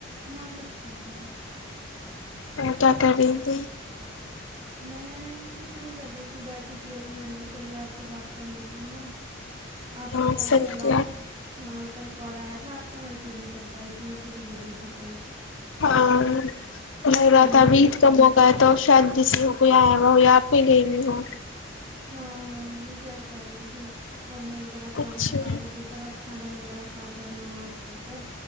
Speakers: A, on the right; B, on the left.
A: ہاں سب <inaudible> ٹھیک ہے
B: اور کیا کر رہی ت
A: میں کچھ نہیں کر رہی تھی بیٹھی تھی ابھی میں نے کہا چلیے آپ سے بات کر لیتی ہوں میں آپ
B: ہاں
A: کا کل
B: صحیح
A: کل
B: کیا
A: ہاں کل کال آیا تھا آپ کا مے سی نہیں کر پائی تھی میں تھوڑی بزی تھی کل
B: ہاں گ
A: تو
B: رہات
A: میں
B: تھا ابھی عید کا موقع ہے تو شاید جیس ہو گ ہے وہ یا <inaudible> پ گئی م ہ
A: ہاں ہاں نہیں گیسٹ آئے تھے توب میں ذرا کام
B: اچھا
A: سے فارغ ہو کر اب کھانا وغیرہ کھا کر نماز پڑھ کر